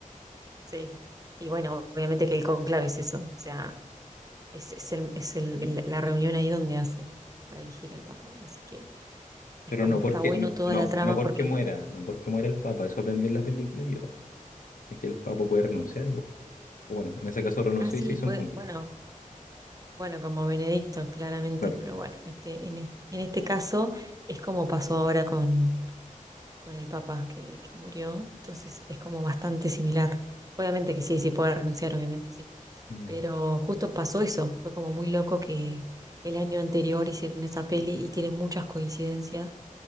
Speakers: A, on the right; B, on the left.
A: Sí, y bueno, obviamente que el conclave es eso, o sea, es, es el- es el- el- la reunión ahí donde hacen para elegir al papa, y así que es
B: Pero
A: como
B: no porque,
A: está bueno
B: no,
A: toda
B: no,
A: la trama
B: no porque
A: porque,
B: muera, no porque muera el Papa, eso aprendí en la película yo. Aquí el Papa puede renunciar igual. O bueno, en ese caso renunció
A: ah, sí,
B: y se hizo
A: pues,
B: un conclave,
A: bueno, bueno, como Benedicto, claramente,
B: claro.
A: pero bueno, en este, en este, en este caso es como pasó ahora con, con el papa que, que murió, entonces es como bastante similar. Obviamente que sí, sí puede renunciar, obviamente sí,
B: Mm.
A: Pero justo pasó eso, fue como muy loco que el año anterior hicieron esa peli y tiene muchas coincidencias